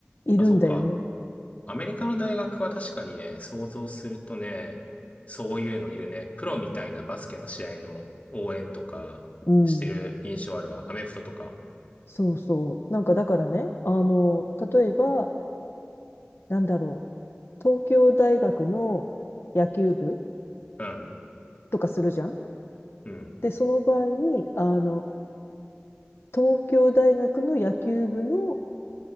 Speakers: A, on the left; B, on the left.
A: いるんだよね。
B: あ、そっか。アメリカの大学は確かにね、想像するとね、そういうのいるね。プロみたいなバスケの試合の応援とかしてる印象あるわ。
A: うん。
B: アメフトとか。
A: そうそう。なんかだからね、あの、例えば、なんだろう。東京大学の野球部
B: うん。
A: とかするじゃん
B: うん。
A: で、その場合に、あの、東京大学の野球部の、